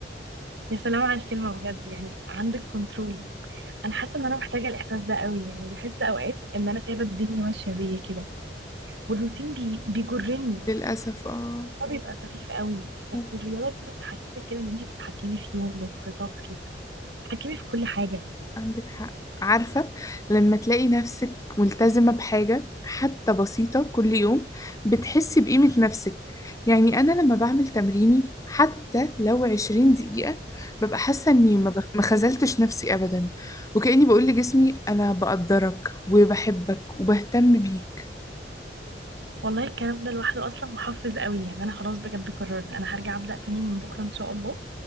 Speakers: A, on the right; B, on the left.
A: يا سلام على الكلمة بجد يعني عندك كنترول انا حاسة ان انا محتاجة الاحساس ده قوي يعني بحس اوقات ان انا سايبة الدنيا ماشية بيا كده والروتين بي... بيجرني
B: للأسف اه
A: هو بيبقى سخيف قوي بس
B: آه،
A: الرياضة بتحسسك كده ان انتي بتتحكمي في يومك في طاقتك بتتحكمي في كل حاجة
B: عندك حق عارفة لما تلاقي نفسك ملتزمة بحاجة حتى بسيطة كل يوم بتحسي بقيمة نفسك يعني أنا لما بعمل تمريني حتى لو عشرين دقيقة ببقى حاسة إني ما بخ- ما خذلتش نفسي أبدا وكأني بقول لجسمي أنا بقدرك وبحبك وبهتم بيك
A: والله الكلام ده لوحده اصلا محفز قوي يعني انا خلاص بجد قررت انا هرجع ابدا تاني من بكره ان شاء الله